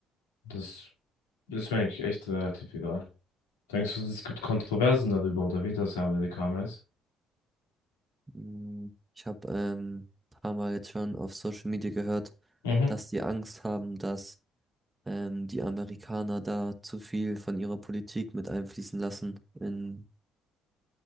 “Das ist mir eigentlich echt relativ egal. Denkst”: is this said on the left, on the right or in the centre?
Left